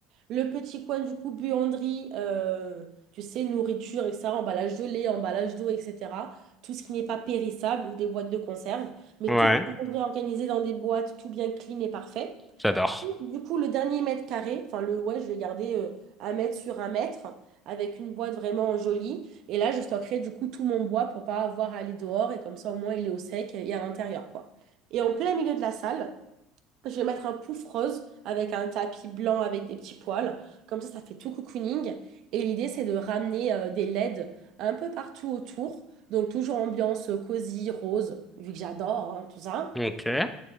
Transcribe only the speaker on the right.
Le petit coin du coup, buanderie, euh, tu sais, nourriture, etc., emballage de lait, emballage d'eau, etc. Tout ce qui n'est pas périssable ou des boîtes de conserve, mais
tout bien organisé dans des boîtes, tout bien clean et parfait.
Du coup, le dernier mètre carré, enfin le ouais, je vais garder euh, un mètre sur un mètre avec une boîte vraiment jolie. Et là, je stockerai du coup tout mon bois pour pas avoir à aller dehors et comme ça au moins il est au sec et à l'intérieur quoi. Et en plein milieu de la salle. Je vais mettre un pouf rose avec un tapis blanc avec des petits poils. Comme ça, ça fait tout cocooning. Et l'idée, c'est de ramener euh, des LED un peu partout autour. Donc, toujours ambiance euh, cosy, rose, vu que j'adore hein, tout ça.